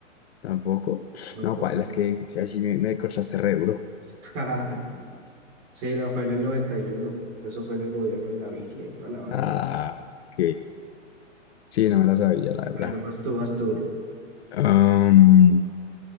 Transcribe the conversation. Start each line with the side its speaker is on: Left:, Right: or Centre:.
Left: Tampoco.
Right: tampoco.
Left: No, paila, es que si así me, me cortaste re duro.
Right: <laughs> Sí, no, fue en el 91. Eso fue en el gobierno de Gaviria y toda la vaina.
Left: Ah, ok. Sí, no me la sabía, la verdad.
Right: A ver, vas tú, vas tú, bro.
Left: Am,